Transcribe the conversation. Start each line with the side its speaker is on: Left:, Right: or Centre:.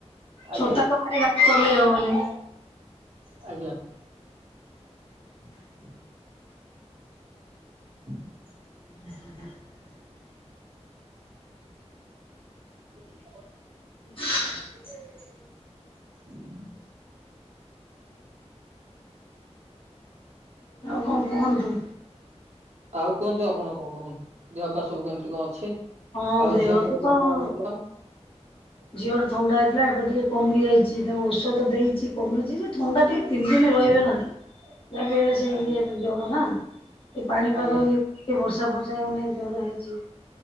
Right: ଆଜ୍ଞା
Left: ଛତା ତ ଗାଡି ଚଲେଇ ହବନି।
Right: ଆଜ୍ଞା। <inaudible> <inaudible>
Left: <inaudible>
Right: <unintelligible>
Left: ହଁ,
Right: ହୁଁ
Left: ଆଉ କଣ କୁହନ୍ତୁ?
Right: ଆଉ କୁହନ୍ତୁ ଆପଣ କଣ ଭଉଣୀ, ଦେହ ପା ସବୁ କେମିତି କଣ ଅଛି?
Left: ହଁ
Right: ଆଉ ଝିଅଙ୍କର
Left: ତ
Right: ଦେହ
Left: ତ
Right: କଣ ହେଇଥିଲା?
Left: ଝିଅର ଥଣ୍ଡା ହେଇଥିଲା ଏବେ ଟିକେ କମିଯାଇଚି, ତାକୁ ଔଷଧ ଦେଇଚି କମିଚି ଯେ ଥଣ୍ଡା ଟିକେ ତିନି ଦିନି ରହିବେ ନା, ଯାହାବି ହେଲେ ସେ
Right: ଆଜ୍ଞା
Left: ଇଏ ଜର ନା, ସେ ପାଣିପାଗ
Right: ଆଜ୍ଞା
Left: ଇଏକୁ ଟିକେ ବର୍ଷା ବର୍ଷା ଫର୍ଷା ଇଏକୁ ନେଇ ଜର ହେଇଚି,